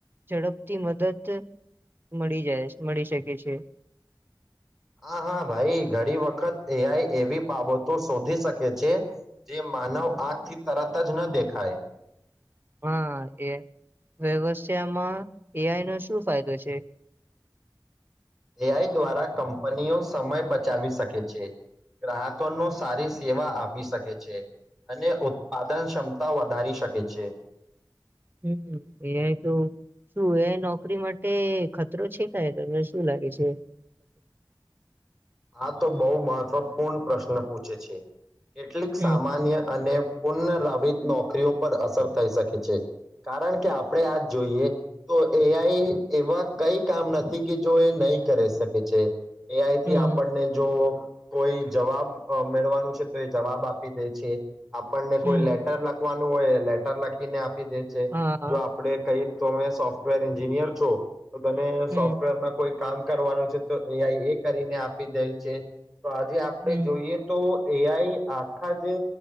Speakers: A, on the right; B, in the centre.
A: ઝડપથી મદદ મળી જાય મળી શકે છે.
B: હા હા ભાઈ ઘણી વખત એઆઈ એવી બાબતો શોધી શકે છે જે માનવ આંખથી તરત જ ન દેખાય.
A: હા એ વ્યવથામાં એઆઈ નો શું ફાયદો છે.
B: એઆઈ દ્વારા કંપનીઓ સમય બચાવી શકે છે. ગ્રાહકો નો સારી સેવા આ પી શકે છે અને ઉત્પાદન ક્ષમતા વધારી શકે છે.
A: હમ એઆઈ તો શું એઆઈ નોકરી માટે ખતરો છે ક તમને શું લાગે છે?
B: આ તો બહુ મહત્વપૂર્ણ પ્રશ્ન પૂછે છે. કેટલીક
A: હમ
B: સામાન્ય અને પુનરાવિત નોકરીઓ પર અસર થઈ શકે છે કારણ કે આપડે આજ જોઈએ તો એઆઈ એવા કઈ કામ નથી કે જો એ નહી કરી શકે છે. એઆઈથી
A: હમ
B: આપ પણને જો કોઈ જવાબ અ મેળવાનું છે તો એ જવાબ આપી દે છે આપણને કોઈ
A: હમ
B: લેટર લખવાનું હોય લેટર લખીને પી દે છે
A: હા
B: જો આપડે કઈ તમે સોફ્ટવેર એન્જિનિયર છો તને સોફ્ટવેરમાં
A: હમ
B: કોઈ કામ કરવાનું છે તો એ કરીને આપ પી દેય છે. તો આજે આપણે
A: હમ
B: જોઈએ તો એઆઈ આખા જે